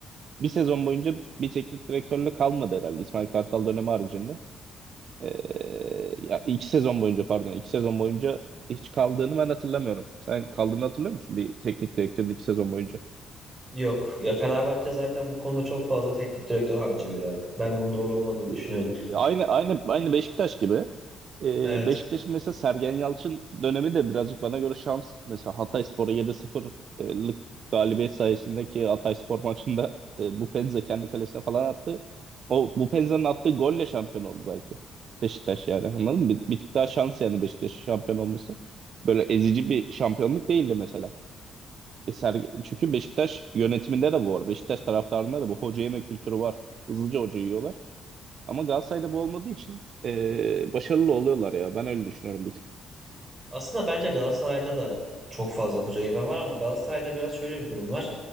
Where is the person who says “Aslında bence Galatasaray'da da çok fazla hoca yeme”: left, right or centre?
Right